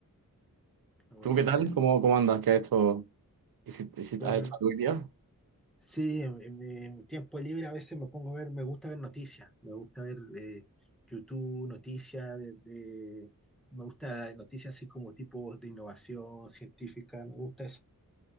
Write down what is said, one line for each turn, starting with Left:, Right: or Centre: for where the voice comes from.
Centre: Buena.
Right: ¿Tú qué tal? ¿Cómo, cómo andas? ¿Qué has hecho? ¿Hici- hici-
Centre: Bueno,
Right: ¿Has hecho algo hoy día?
Centre: sí, en, en mi en mi tiempo libre a veces me pongo a ver, me gusta ver noticias, me gusta ver eh, YouTube, noticias, de, de- me gusta noticias así como tipos de innovación científica, me gusta eso.